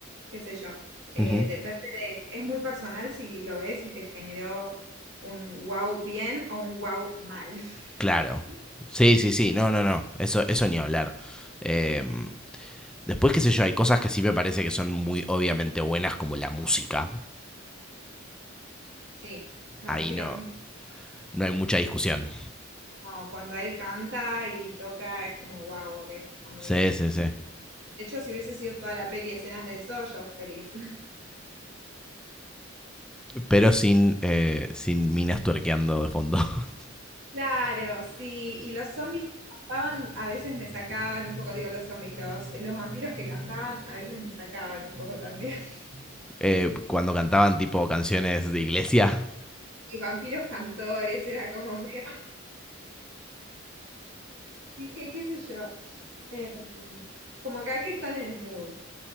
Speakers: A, on the right; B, in the centre.
A: qué sé yo, eh,
B: Ujú.
A: depende de, es muy personal si lo ves y te generó un wow bien o un wow mal. <laughs>
B: Claro. Sí, sí, sí. No, no, no. Eso, eso ni hablar. Eh, después, qué sé yo, hay cosas que sí me parece que son muy obviamente buenas, como la música.
A: Sí, la
B: Ahí
A: música
B: no.
A: es muy-
B: No hay mucha discusión.
A: No, cuando él canta y toca es como, wow, que esto está muy
B: Sí,
A: bien.
B: sí, sí.
A: De hecho, si hubiese sido toda la peli escenas de eso, yo feliz. <laughs>
B: Pero sin, eh, sin minas tuerqueando de fondo. <laughs>
A: Claro, sí. Y los zombies que cantaban a veces me sacaban un poco, digo los zombies, los, eh, los vampiros que cantaban a veces me sacaban un poco también. <laughs>
B: Eh, cuando cantaban tipo canciones de iglesia.
A: Y vampiros cantores, era como, medio- <laughs> dije, qué sé yo. Eh, como que hay que estar en el mood.